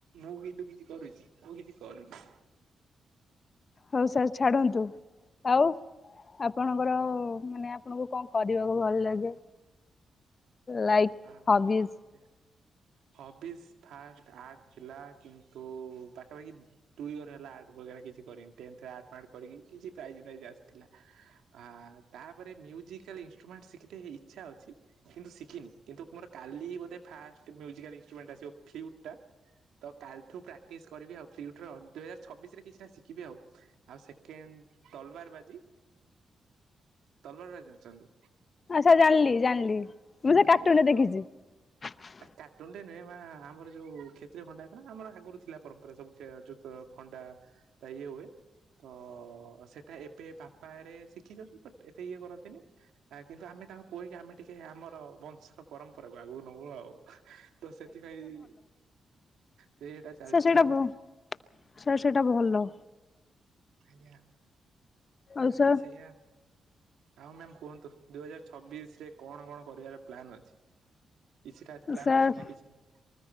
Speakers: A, on the right (about 80°); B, on the left (about 45°).
A: ମୁଁ କିନ୍ତୁ କିଛି କରୁଚି ମୁଁ କିଚି କରୁନି
B: ହଉ ସାର୍ ଛାଡ଼ନ୍ତୁ ଆଉ ଆପଣଙ୍କର ମାନେ ଆପଣଙ୍କୁ କଣ କରିବାକୁ ଭଲ ଲାଗେ ଲାଇକ୍
A: ହଁ
B: ହବିଜ୍
A: ମତେ ହବିଜ ଫାଷ୍ଟ ଆର୍ଟ ଥିଲା। କିନ୍ତୁ ପାଖାପାଖି ଟୁ ଇୟର ହେଲା ଆର୍ଟ ବଗେରା କିଛି କରିନି। <unintelligible> ପ୍ରାଇଜ୍ ଫାଇଜ୍ ଆସିଥିଲା। ଆ ତାପରେ ମ୍ୟୁଜିକାଲ ଇନଷ୍ଟ୍ରୁମେଣ୍ଟ ଶିଖିତେ ଇଚ୍ଛା ଅଛି, କିନ୍ତୁ ଶିଖିନି। କିନ୍ତୁ ମୋର କାଲି ବୋଧେ ଫାଷ୍ଟ ମ୍ୟୁଜିକାଲ ଇନଷ୍ଟ୍ରୁମେଣ୍ଟ ଆସିବ, ଫ୍ଲିଉଟ୍ ଟା। ତ କାଲିଠୁ ପ୍ରାକ୍ଟିସ କରିବି ଆଉ ଫ୍ଲିଉଟର। ଦୁଇ ହଜାର ଛବିଶରେ କିଛିଟା ଶିଖିବି ଆଉ। ଆଉ ସେକେଣ୍ଡ ତଲବାର ବାଜି। ତଲବାର ବାଜି ଅଛନ୍ତି।
B: ଆଚ୍ଛା ଜାଣିଲି -ଜାଣିଲି। ମୁଁ ସେ କାର୍ଟୁନରେ
A: ଆଜ୍ଞା
B: ଦେଖିଛି।
A: ତ
B: <inaudible>
A: ଆ କାଟନ୍ତିନି, ମା ଆମର ଯୋଉ କ୍ଷେତ୍ରୀୟ ଖଣ୍ଡାୟତ ନା ଆମର ଆଗରୁ ଥିଲା ପରମ୍ପରା ସବୁ ଜୋତ, ଖଣ୍ଡା। ତ ଇଏ ହୁଏ। ତ ସେଟା ଏବେ ବାପାରେ ଶିଖିଛନ୍ତି ବଟ ଏତେ ଇଏ କରନ୍ତିନି। ଆ କିନ୍ତୁ ଆମେ ତାଙ୍କ ପୁଅ ହେଇକି ଆମେ ଟିକେ ଆମର ବଂଶର ପରମ୍ପରାକୁ ଆଗକୁ ନବୁ ଆଉ। ତ ସେଥିପାଇଁ ସେଇଟା ଚାଲିଛି
B: ସାର ସେଇଟା
A: ଆଉ
B: ଭ, ସାର ସେଇଟା ଭଲ।
A: ଆଜ୍ଞା
B: ଆଉ
A: ଆ
B: ସାର୍
A: ତ ସେଇଆ। ଆଉ ମ୍ୟାମ କୁହନ୍ତୁ, ଦୁଇ ହଜାର ଛବିଶରେ କଣ କଣ କରିବାର ପ୍ଲାନ ଅଛି? କିଛିଟା ପ୍ଳାନ୍
B: ସାର୍
A: ଅଛି, ନା କିଛି ନାହିଁ?